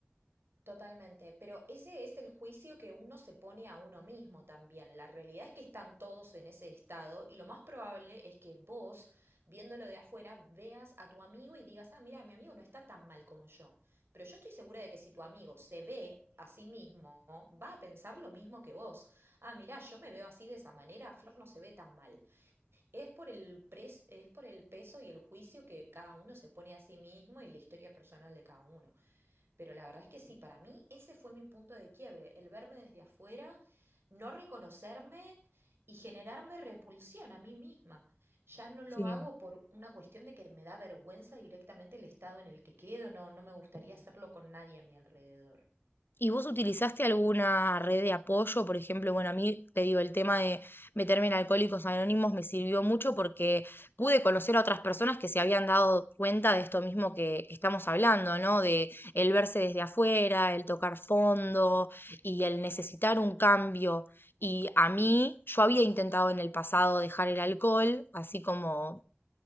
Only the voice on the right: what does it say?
Totalmente, pero ese es el juicio que uno se pone a uno mismo también. La realidad es que están todos en ese estado y lo más probable es que vos, viéndolo de afuera, veas a tu amigo y digas, ah, mira, mi amigo no está tan mal como yo. Pero yo estoy segura de que si tu amigo se ve a sí mismo, va a pensar lo mismo que vos. Ah, mira, yo me veo así de esa manera, Flor no se ve tan mal. Es por el pres- es por el peso y el juicio que cada uno se pone a sí mismo y la historia personal de cada uno. Pero la verdad es que sí, para mí ese fue mi punto de quiebre, el verme desde afuera, no reconocerme y generarme repulsión a mí misma. Ya no lo
hago por una cuestión de que me da vergüenza directamente el estado en el que quedo, no, no me gustaría hacerlo con nadie a mi alrededor.
Ujú.